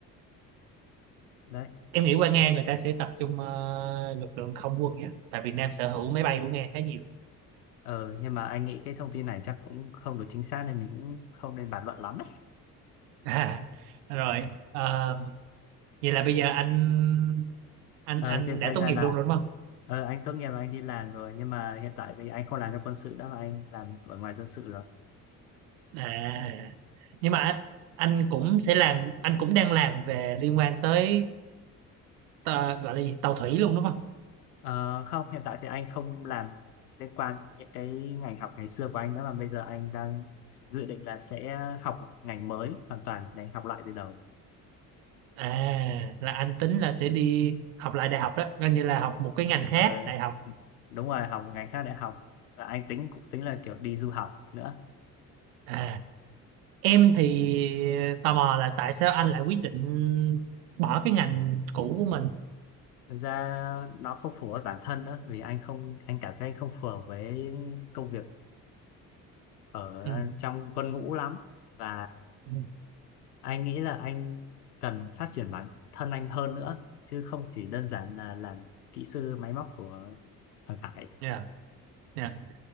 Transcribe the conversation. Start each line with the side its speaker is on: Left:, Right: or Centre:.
Left: đấy
Right: em nghĩ qua Nga
Left: Thế-
Right: người ta sẽ tập trung ờ, lực lượng không quân nhé tại Việt Nam sở hữu máy bay của Nga khá nhiều
Left: ờ nhưng mà anh nghĩ cái thông tin này chắc cũng không được chính xác nên mình cũng không nên bàn luận lắm
Right: <laughs> à, rồi ờ, vậy là bây giờ anh anh
Left: Ờ,
Right: anh
Left: thì bây
Right: đã tốt
Left: giờ
Right: nghiệp
Left: là
Right: luôn rồi đúng không
Left: ờ, anh tốt nghiệp và anh đi làm rồi nhưng mà hiện tại thì anh không làm trong quân sự nữa mà anh làm ở ngoài dân sự rồi.
Right: à nhưng mà anh cũng sẽ làm anh cũng đang làm về liên quan tới ờ, gọi là gì tàu thủy luôn đúng không
Left: Ờ, không, hiện tại thì anh không làm liên quan những cái ngành học ngày xưa của anh nữa mà bây giờ anh đang dự định là sẽ học một ngành mới hoàn toàn để học lại từ đầu.
Right: à là anh tính là sẽ đi học lại đại học đó coi như là học một cái ngành khác
Left: Ờ,
Right: đại học
Left: đúng rồi, học một ngành khác đại học và anh tính cũng tính là kiểu đi du học nữa.
Right: à em thì tò mò là tại sao anh lại quyết định bỏ cái ngành cũ của mình
Left: Thực ra nó không phù hợp với bản thân nữa vì anh không anh cảm thấy anh không phù hợp với công việc ở
Right: ừ
Left: trong quân ngũ lắm và
Right: ừ,
Left: anh nghĩ là anh cần phát triển bản thân anh hơn nữa chứ không chỉ đơn giản là làm kỹ sư máy móc của thằng Khải
Right: dạ dạ